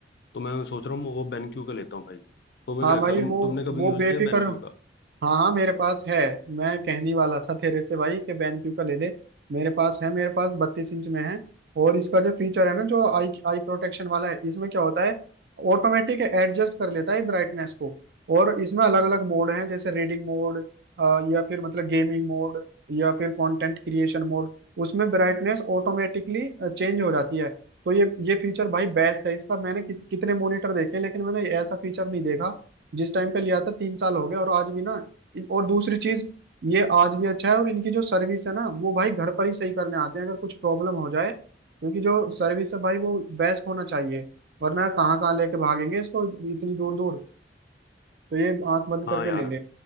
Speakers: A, on the left (about 60°); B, on the right (about 60°).
A: तो मैं सोच रहा हूँ वो बेनक्यू का लेता हूँ भाई तुम्हें
B: हाँ
A: क्या लगता
B: भाई
A: है तुम
B: वो
A: तुमने कभी
B: वो
A: यूज
B: बेफिक्र
A: किया बेनक्यू का
B: हाँ हाँ मेरे पास है मैं कहने वाला था तेरे से भाई कि BenQ का ले ले मेरे पास है मेरे पास बत्तीस इंच में है और इसका जो फीचर है ना जो आई आई प्रोटेक्शन वाला है इसमें क्या होता है ऑटोमेटिक एडजस्ट कर लेता है ब्राइटनेस को और इसमें अलग अलग मोड हैं जैसे रीडिंग मोड या फिर मतलब गेमिंग मोड या फिर कंटेंट क्रिएशन मोड उसमें ब्राइटनेस ऑटोमेटिकली चेंज हो जाती है तो ये ये फीचर भाई बेस्ट है इसका मैंने कि, कितने मॉनिटर देखे लेकिन मैंने ऐसा फीचर नहीं देखा जिस टाइम पे लिया था तीन साल हो गए और आज भी ना और दूसरी चीज ये आज भी अच्छा है और इनकी जो सर्विस है ना वो भाई घर पर ही सही करने आते हैं अगर कुछ प्रॉब्लम हो जाए क्योंकि जो सर्विस है भाई वो बेस्ट होना चाहिए वरना कहाँ कहाँ लेके भागेंगे इसको इतनी दूर दूर तो ये आंख बंद
A: हाँ
B: करके
A: यार
B: ले